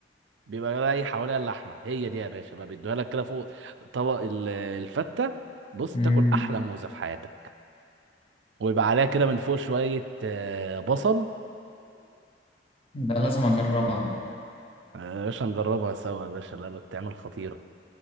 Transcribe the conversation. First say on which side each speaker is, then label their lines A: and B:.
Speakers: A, on the right; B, on the left.
A: بيبقى راي حواليها اللحمة هي دي يا باشا بقى بيدوها لك كده فوق طبق ال- الفتة بص
B: مم.
A: تاكل أحلى موزة في حياتك ويبقى عليها كده من فوق شوية آه، بصل
B: ده لازم اجربها بقى
A: آه، يا باشا نجربها سوا يا باشا لا لا بتعمل خطيرة